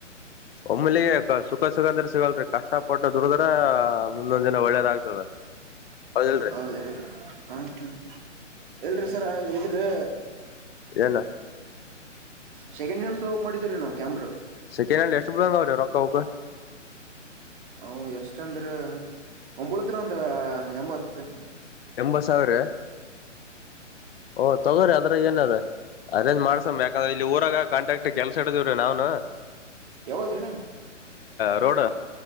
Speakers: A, on the left (about 50°); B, on the right (about 40°).
A: ಒಮ್ಮಲಿ ಸುಖ ಸುಗಂದ್ರ ಸಿಗಲ್ರಿ ಕಷ್ಟ ಪಟ್ಟ ದುಡದ್ರ. ಮುಂದೊಂದ್ ದಿನ ಒಳ್ಳೇದ ಆಗ್ತದೆ ಹೌದಲ್ರಿ
B: ಹೌದ್ರಿ ಹಾ ಹಾ. ಎಲ್ರೀ ಸರ್ ಇದ್ರೆ
A: ಏಲ್ಲ
B: ಸೆಕೆಂಡ್ ನೀನ್ ತಗೋಕ್ ಮಾಡಿದೀ ನಾವವು ಕಾಮ್ರ.
A: ಸೆಕೆಂಡ್ ಹ್ಯಾಂಡ್ ಎಷ್ಟ ಬಿಡ್ಂದಲ ರೊಕ್ಕ ವಕ್ಕ
B: ಅ ಎಷ್ಟ ಅಂದ್ರ. ಒಂಬಳತ್ತರ ಒಂದು ಎಂಬತ್ತು.
A: ಎಂಬತ್ ಸಾವಿರ ಓಹ ತಗೋ್ರಿ ಅದ್ರ ಏನ ಅದ ಅರೇಂಜ್ ಮಾಡ್ಸ ಬಾದ್ರೆ ಇಲ್ಲಿ ಊರಾಗ ಕಾಂಟಾಕ್ಟ್ ಕೆಲ್ಸ ಹಡ್ದೇವ್ರಿ ನಾವನು
B: ಯಾವದ್ರೀ
A: ಎೊಡ